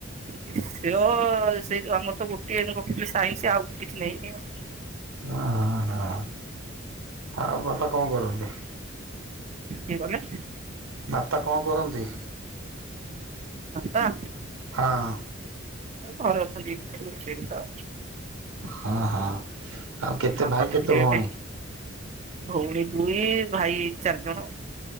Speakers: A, on the right; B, on the right.
A: ବିଷୟ ସେଇ ଯୋଉ ଆମର ତ ଗୋଟିଏ କହିଥିଲି ସାଇନ୍ସ ଆଉ କିଛି ନେଇନି ଆଉ।
B: ହଁ ହଁ ଆଉ ବାପା କଣ କରନ୍ତି?
A: କିଏ କଲେ?
B: ଵାପା କଣ କରନ୍ତି?
A: ବାପା।
B: ହଁ।
A: ଘରେ ଅଛନ୍ତି ସେଇଠି ତ?
B: ହଁ ହଁ ଆଉ କେତେ
A: ବାପା
B: ଭାଇ
A: ତ
B: କେତେ
A: ଡେଟ
B: ଭଉଣୀ?
A: ଭଉଣୀ ଦୁଇ ଭାଇ ଚାରି ଜଣ।